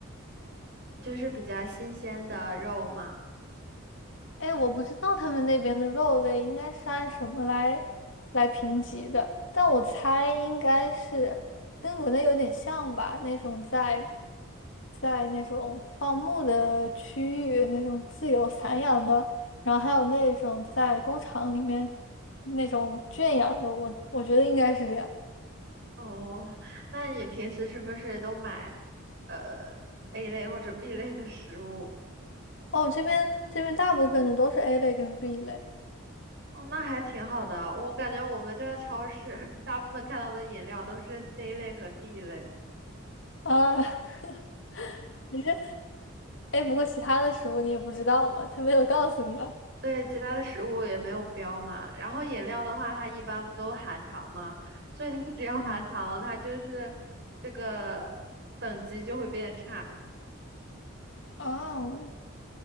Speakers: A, on the right; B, on the left.
A: 就是比较新鲜的肉嘛。
B: 哎，我不知道他们那边的肉类应该是按什么来来评级的，但我猜应该是跟国内有点像吧，那种在在那种放牧的区域，那种自由散养的，然后还有那种在工厂里面那种圈养的，我我觉得应该是这样。
A: 哦，那你平时是不是都买呃 A 类或者 B 类的食物？
B: 哦，这边这边大部分的都是 A 类跟 B 类
A: 哦，那还挺好的啊。我感觉我们这超市 <laughs> 大部分看到的饮料都是 C 类和 D 类。
B: 啊，<laughs> 你是哎，不过其他的食物你也不知道嘛，他没有告诉你啊。
A: 对，其他的食物也没有标嘛。然后饮料的话，它一般不都含糖嘛，所以它 <laughs> 只要含糖，
B: 嗯，
A: 它就是这个等级就会变差。
B: 哦，